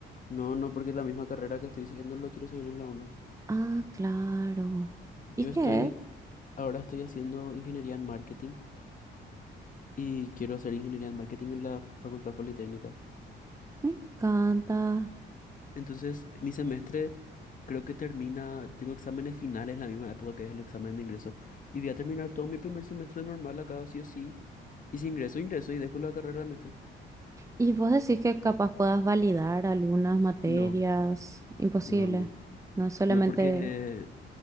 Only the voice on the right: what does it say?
Ah, claro.
¿Y qué
es?
Me encanta.
¿Y vos decís que capaz puedas validar algunas materias?
Imposible.
No solamente...